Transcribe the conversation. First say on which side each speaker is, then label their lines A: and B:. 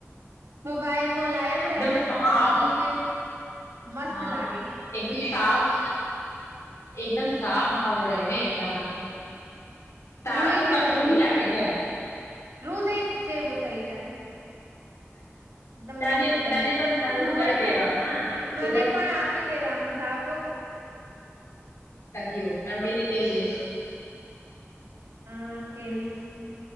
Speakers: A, on the right; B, on the left.
A: બ મુલાયમ
B: એકદમ
A: રહે ને
B: સાફ
A: સરની નીચે. મસ્ત
B: હા
A: લાગે
B: એકદમ સાફ એકદમ સાફ ધાગો રહે ને એટલા માટે. તારા
A: રૂય
B: તો
A: જેવું
B: કચરો
A: હોય
B: નહી લાગે
A: થઈ
B: ને
A: જાય રૂ થ જેવું થઈ જાય એકદમ
B: તને
A: મસ્ત બની
B: તને
A: જાય
B: પણ સંગ્રહ
A: હું
B: કરી
A: પણ ખર
B: દેવા હા
A: મને
B: તું
A: પણ આપી દેવાનું ધાગો પછી
B: <inaudible> તકીઓ મમીને કેજે.
A: હ કેવી?